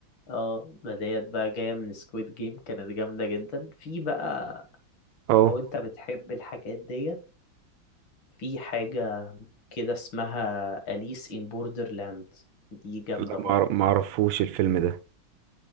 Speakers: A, on the left; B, on the right.
A: اه ما ديت بقى جاية من سكويد جيم كانت جامدة جدا في بقى
B: اه
A: لو انت بتحب الحاجات ديت في حاجة كده اسمها أليس إن بوردرلاند دي جامدة
B: لا
A: برضو
B: ما أعرف- ما اعرفوش الفيلم ده